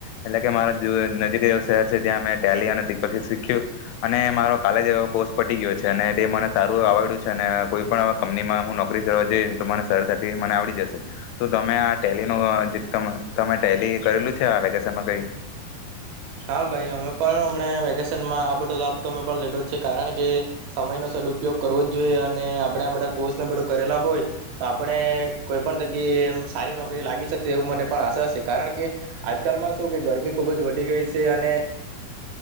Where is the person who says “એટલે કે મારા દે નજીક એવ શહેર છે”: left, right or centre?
Left